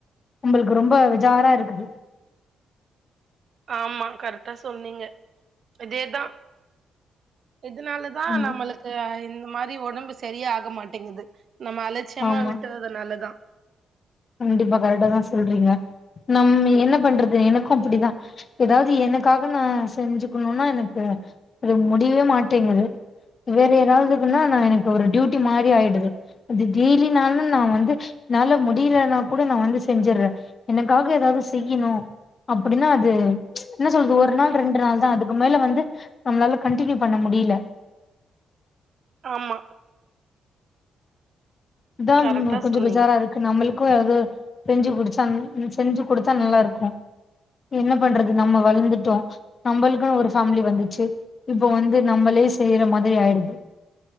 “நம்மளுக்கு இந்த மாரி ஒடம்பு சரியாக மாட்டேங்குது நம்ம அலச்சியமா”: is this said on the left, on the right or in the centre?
Right